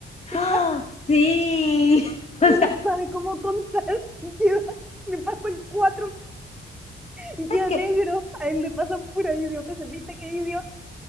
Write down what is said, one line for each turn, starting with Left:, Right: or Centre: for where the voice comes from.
Centre: <laughs>
Left: ¡ah! sí. <laughs> O
Centre: y
Left: sea,
Centre: no sabe cómo contar y queda, le pasan cuatro y queda
Left: es que
Centre: negro? A él le pasan pura idiota. ¿Se viste qué idiota?